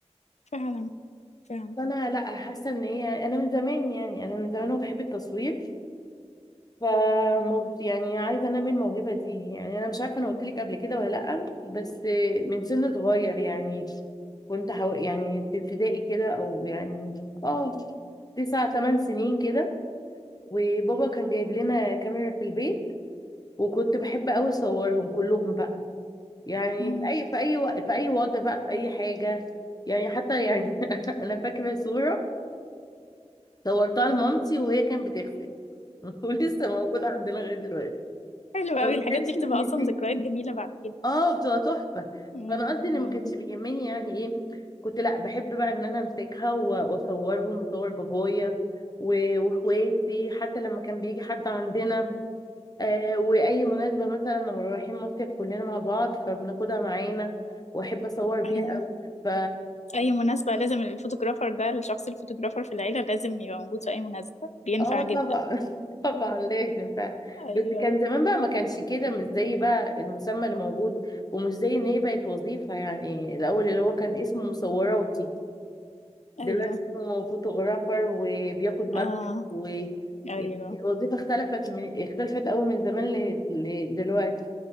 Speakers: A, on the left; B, on the left.
A: فعلا فعلا
B: فانا لا حاسه ان هي انا من زمان يعني انا من زمان وبحب التصوير فمو- يعني عايزه انمي الموهبه دي يعني انا مش عارفه انا قلت لك قبل كده ولا لا بس من سن صغير يعني كنت حو... يعني في ابتدائي كده او يعني اه تسع تمن سنين كده وبابا كان جايب لنا كاميرا في البيت وكنت بحب قوي اصورهم كلهم بقى يعني
A: مم.
B: في اي في اي وق- في اي وضع بقى في اي حاجه يعني حتى يعني <laughs> انا فاكره صوره صورتها لمامتي وهي كانت بتغسل <laughs> ولسه موجوده عندنا لغايه دلوقتي
A: حلو قوي
B: فما
A: الحاجات
B: كانش
A: دي بتبقى
B: بيهمني
A: اصلا ذكريات جميله بعد كده
B: اه بتبقى تحفه
A: مم.
B: فانا قصدي ان
A: مم.
B: ما كانش بيهمني يعني ايه كنت لا بحب بقى ان انا امسكها و- واصورهم واصور بابايا و- واخواتي حتى لما كان بيجي حد عندنا آه واي مناسبه مثلا لما رايحين مصيف كلنا مع بعض فبناخدها معانا واحب اصور بيها
A: أيوه.
B: قوي ف
A: اي مناسبة لازم الفوتوغرافر ده الشخص الفوتوغرافر في العيلة لازم يبقى موجود في اي مناسبة بينفع
B: اه طبعا
A: جدا
B: <laughs> طبعا لازم فعلا
A: ايوه
B: بس كان زمان بقى ما كانش كده مش زي بقى المسمى اللي موجود ومش زي ان هي بقت وظيفه يعني الاول اللي هو كان اسمه مصوراتي دلوقتي
A: ايوه
B: هو فوتوغرافر وبياخد مبلغ
A: اه
B: و
A: ايوه
B: يعني الوظيفة اختلفت من... اختلفت قوي من زمان ل... لدلوقتي